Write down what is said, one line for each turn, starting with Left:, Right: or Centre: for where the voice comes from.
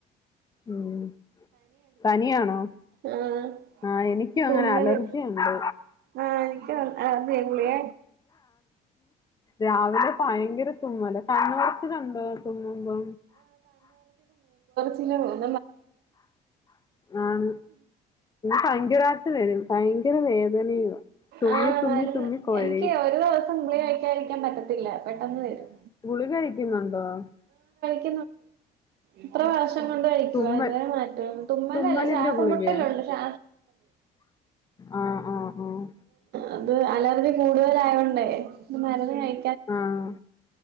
Left: ഉം പനിയാണോ
Right: ആഹ്
Left: ആഹ് എനിക്കും
Right: തുമ്മല്
Left: അങ്ങനെ അലർജിയുണ്ട്
Right: ആഹ് എനിക്ക് അതെ ഗുളിക
Left: രാവിലെ ഭയങ്കര തുമ്മല കണ്ണ് ചൊറിച്ചിൽ ഉണ്ടോ തുമ്മുമ്പോ
Right: ഹലോ
Left: ആഹ് പഞ്ച രാ <inaudible> <inaudible> പോയിട്ടു വരും ഭയങ്കര വേദനയുവ തുമ്മി
Right: ആഹ്
Left: തുമ്മി
Right: മരുന്ന്
Left: തുമ്മി കൊഴയും
Right: എനിക്ക് ഒരു ദിവസം ഗുളിക കഴിക്കരിക്കതി - പറ്റത്തില്ല പെട്ടെന്ന് തരും
Left: <inaudible>
Right: <inaudible> ഇത്ര വർഷം കൊണ്ട് കഴിക്കുവ
Left: തുമ്മൽ
Right: ഇതുവരെ മാറ്റം തുമ്മലല്ല
Left: തുമ്മലിന്റെ
Right: ശ്വാസം
Left: ഗുളികയാ
Right: മുട്ടലുണ്ട്. <inaudible>
Left: ആഹ് ആഹ് ആഹ്
Right: അത് അലർജി കൂടുതലായൊണ്ടേ മരുന്ന് -
Left: ആഹ്